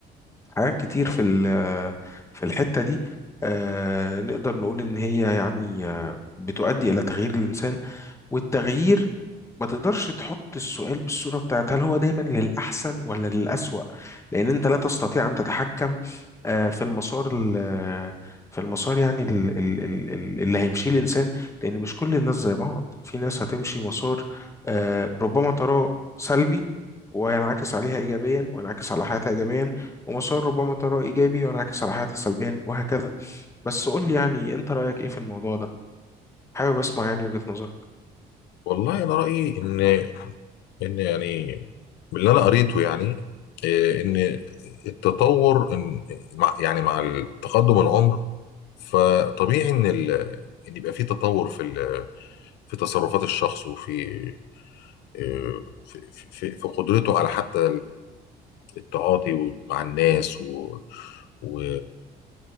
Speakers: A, on the left; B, on the left.
A: حاجات كتير
B: مم.
A: في ال- في الحتة دي آه، نقدر نقول إن هي يعني آه، بتؤدي إلى تغيير الإنسان والتغيير ما تقدرش تحط السؤال بالصورة بتاعت هل هو دايما للأحسن ولا للأسوأ لأن أنت لا تستطيع أن تتحكم آه، في المسار ال- في المسار يعني ال- ال- ال- ال- اللي هيمشيه الإنسان لأن مش كل الناس زي بعض في ناس هتمشي مسار آه، ربما تراه سلبي وينعكس عليها إيجابيا وينعكس على حياتها إيجابيا ومسار ربما تراه إيجابي وينعكس على حياتها سلبيا وهكذا بس قول لي يعني أنت رأيك إيه في الموضوع ده حابب أسمع يعني وجهة نظرك
B: والله انا رايي ان ان يعني من اللي انا قريته يعني آه، ان التطور ان مع يعني مع تقدم العمر فطبيعي ان ال... ان يبقى في تطور في ال... في تصرفات الشخص وفي آه، في في في قدرته على حتى التعاطي مع الناس و و